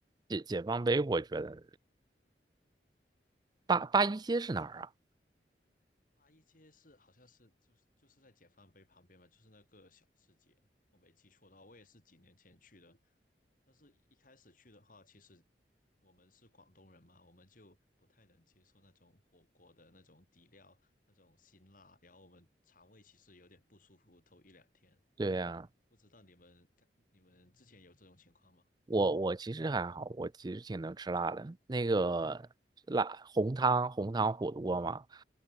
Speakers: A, on the right; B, on the left.
A: 解解放碑我觉得八八一街是哪儿啊？
B: 阿姨街是好像是就是就是在解放碑旁边嘛，就是那个小吃街，我没记错的话，我也是几年前去的。但是一开始去的话，其实我们是广东人嘛，我们就不太能接受那种火锅的那种底料、那种辛辣，然后我们肠胃其实有点不舒服，头一两天。
A: 对呀、
B: 不知道你们你们之前有这种情况吗？
A: 我我其实还好，我其实挺能吃辣的。那个辣红汤红汤火锅嘛，